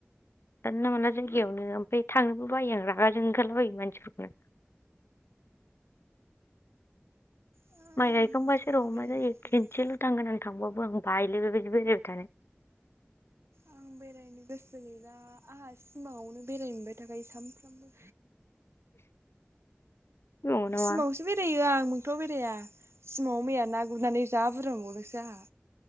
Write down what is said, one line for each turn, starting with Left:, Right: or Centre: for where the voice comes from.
Left: जानला मोनला जायगायावनो ओमफाय थांनोबो बायो आं रागा जोंनो ओंखारलाबायो मानसिफोरखौनो।
Right: आं
Left: माइ गायखांबासो र'
Right: बेरायनो
Left: मा जायो
Right: गोसो
Left: खेनसेल'
Right: गैला
Left: थांगोन आं। थांबाबो आं बायोलै बेबायदि बेरायबाय थानो।
Right: आं बेरायनो गोसो गैला आंहा सिमाङावनो बेरायनो मोनबाय थाखायो सामफ्रामबो।
Left: थानो नंगौ
Right: सिमाङावसो
Left: नामा
Right: बेरायो आं। मोगथाङाव बेराया। सिमाङाव मैया ना गुरनानै जा बुरजा मोनबावदोंसो आंहा।